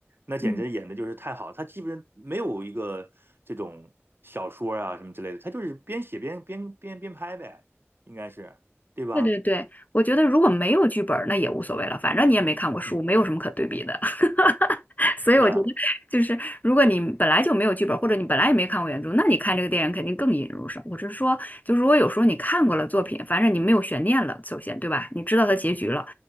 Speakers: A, on the right; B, on the left.
A: 那简直演的就是太好了，
B: 嗯。
A: 他基本上没有一个这种小说啊什么之类的，他就是边写边边边边拍呗，应该是对吧？
B: 对对对，我觉得如果没有剧本儿，那也无所谓了，反正你也没看过书，
A: 嗯，
B: 没有什么可对比的。<laughs> 所以我觉得，
A: 是啊，
B: 就是如果你本来就没有剧本儿，或者你本来也没看过原著，那你看这个电影肯定更引人入胜。我是说，就是如果有时候你看过了作品，反正你没有悬念了，首先对吧？你知道它结局了。